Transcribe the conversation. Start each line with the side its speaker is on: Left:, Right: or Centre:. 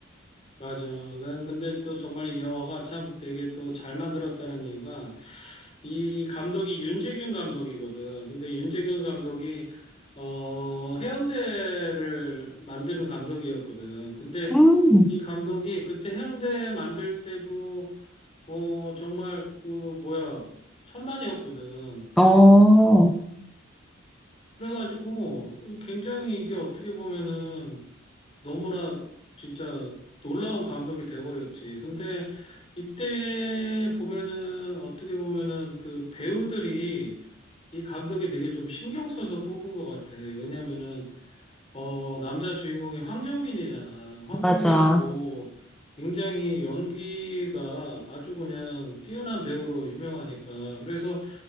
Left: 맞아. 난 근데 또 정말 이 영화가 참 되게 또 잘 만들었다는 이유가 이 감독이 윤재균 감독이거든. 근데 윤재균 감독이 어 해운대를 만드는 감독이었거든. 근데
Centre: 음.
Left: 이 감독이 그때 해운대 만들 때도 어 정말 그 뭐야 천만이었거든.
Centre: 어,
Left: 그래가지고 굉장히 이게 어떻게 보면은 너무나 진짜 놀라운 감독이 돼버렸지. 근데 이때 보면은 어떻게 보면은 그 배우들이 이 감독이 되게 좀 신경 써서 뽑은 것 같아. 왜냐면은 어, 남자 주인공이 황정민이잖아. 황정민은
Centre: 맞아.
Left: 뭐 굉장히 연기가 아주 그냥 뛰어난 배우로 유명하니까. 그래서